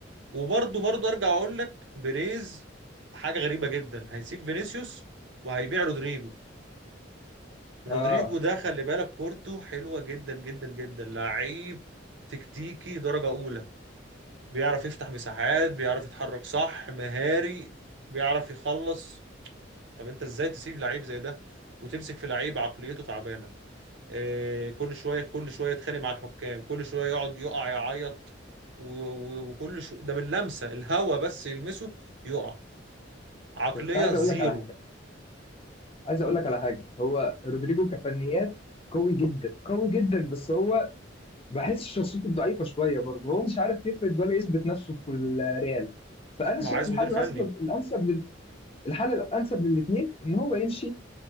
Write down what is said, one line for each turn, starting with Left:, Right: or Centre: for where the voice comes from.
Right: وبرضه برضه ارجع اقول لك بيريز حاجه غريبه جدا هيسيب فينيسيوس وهيبيع رودريجو رودريجو
Left: اه
Right: ده خلي بالك كورته حلوه جدا جدا جدا لعيب تكتيكي درجه اولى بيعرف يفتح مساحات بيعرف يتحرك صح مهاري بيعرف يخلص طب انت ازاي تسيب لعيب زي ده وتمسك في لعيب عقليته تعبانه آه، كل شويه كل شويه يتخانق مع الحكام كل شويه يقعد يقع يعيط و- و- وكل شو ده من لمسه الهوا بس يلمسه يقع عقليه
Left: بس عايز
Right: زيرو
Left: اقول لك على حاجه عايز اقول لك على حاجه هو رودريجو كفنيات قوي جدا قوي جدا بس هو بحس شخصيته ضعيفه شويه برضه هو مش عارف يفرد ولا يثبت نفسه في الريال فانا
Right: ما
Left: شايف
Right: هو عايز
Left: الحل
Right: مدير فني
Left: الانسب الانسب لل... الحل الانسب للاثنين ان هو يمشي